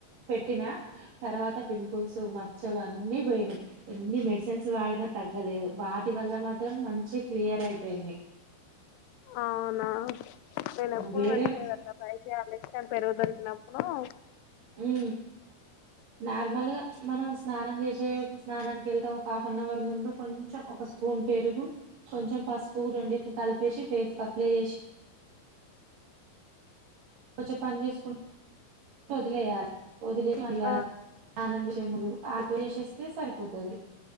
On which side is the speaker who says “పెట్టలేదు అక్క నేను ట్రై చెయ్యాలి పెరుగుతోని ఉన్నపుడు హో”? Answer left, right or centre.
Left